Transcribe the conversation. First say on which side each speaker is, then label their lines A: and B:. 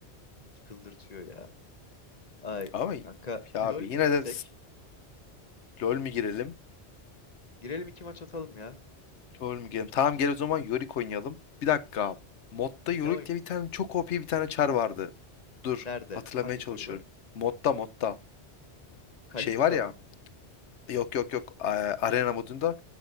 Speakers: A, on the left; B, on the left.
A: Çıldırtıyor ya. Ay
B: Ama ya
A: kanka
B: abi
A: LoL mü
B: yine
A: girsek?
B: de LoL mi girelim?
A: Girelim iki maç atalım ya.
B: LoL mi girelim? Tamam gel o zaman Yorick oynayalım. Bir dakika. Modda Yorick
A: Ne oyun?
B: diye bir tane çok OP bir tane çar vardı. Dur.
A: Nerede?
B: Hatırlamaya
A: Hangi
B: çalışıyorum.
A: koridor?
B: Modda modda.
A: Kalista
B: Şey var ya.
A: mı?
B: Yok yok yok. a- Arena modunda